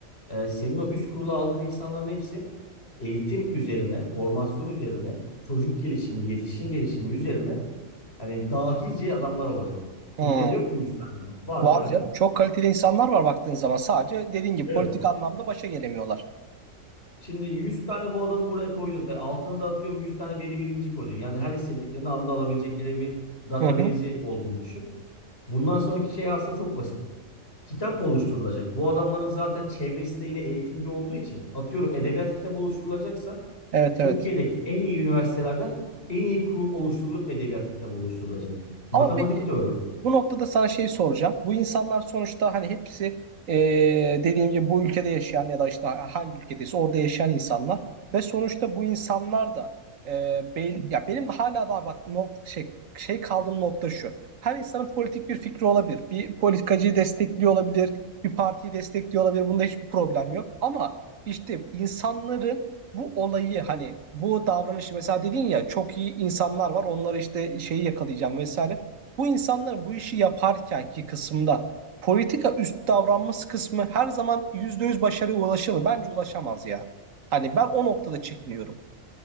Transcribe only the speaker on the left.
Ee, senin o üst kurula aldığın insanların hepsi eğitim üzerine, formasyon üzerine, çocuk gelişimi, yetişkin gelişimi üzerine hani dahice adamlar olacak.
Türkiye'de yok mu 100 tane adam? Var
değil mi?
Evet.
Şimdi 100 tane bu adamı buraya koydun. E, altına da atıyorum 100 tane veri bilimci koydun. Yani her istediklerini anda alabilecekleri bir database'i
olduğunu düşün. Bundan sonraki şey aslında çok basit. Kitap mı oluşturulacak? Bu adamların zaten çevresi de yine eğitimci olduğu için atıyorum edebiyat kitabı oluşturulacaksa
Türkiye'deki
en iyi üniversitelerden en iyi kurul oluşturulup edebiyat kitabı oluşturulacak. Matematik
de öyle.